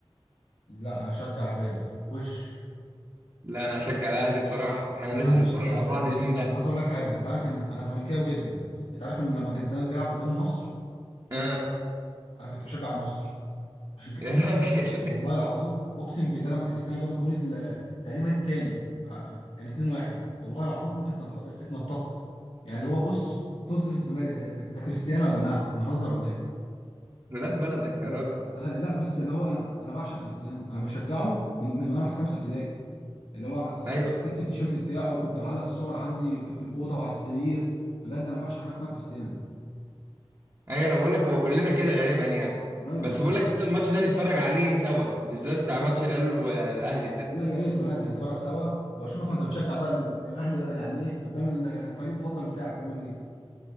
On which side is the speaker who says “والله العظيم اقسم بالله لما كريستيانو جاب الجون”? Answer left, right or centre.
Left